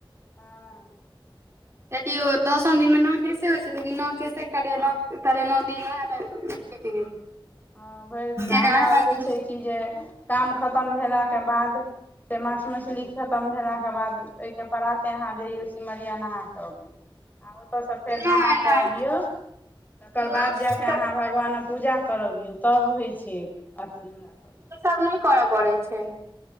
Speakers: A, on the left (about 20°); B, on the right (about 30°).
A: हँ
B: देखियौ
A: अच्छा
B: दसम दिन मे नाव केसे होइ छै तऽ ओ दिन न केसे करेलहुं
A: हँ
B: करेलहुँ दिन ओहे में बीत गेल
A: हँ भरि दििन हमरा
B: एगारहमा
A: आरके
B: दिन
A: छै कि जे काम खतम भेलाकऽ बाद से माँछ मछली खतम भेलाके बाद ओहिके प्राते अहाँ जइयो सिमरिया नहा के आउ आ ओतयसँ
B: नहि
A: फेर नहा केबियौ
B: नहि
A: तकर
B: नहि
A: बाद
B: ई
A: जा कऽ
B: सब
A: अहा भगवान पूजा कर करबियौ तब होइ छै अथी हमरा सब
B: ई सब नहि करऽ पड़ै छै